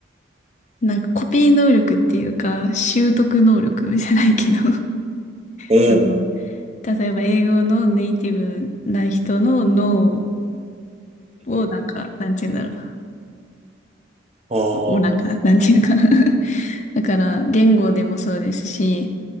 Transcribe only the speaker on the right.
お
お、
ああ、